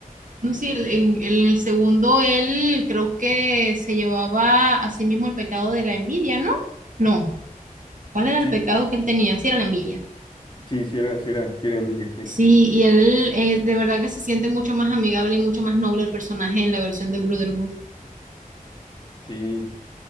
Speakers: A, on the right; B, on the left.
A: No sé,
B: Sí,
A: el- en, en el segundo él creo que se llevaba a sí mismo el pecado de la envidia, ¿no? No. ¿Cuál era
B: sí,
A: el pecado que él tenía? Sí, era la envidia.
B: sí, sí era, sí era, sí era envidia, sí.
A: Sí, y él eh, de verdad que se siente mucho más amigable y mucho más noble el personaje en la versión de Brotherhood.
B: Sí.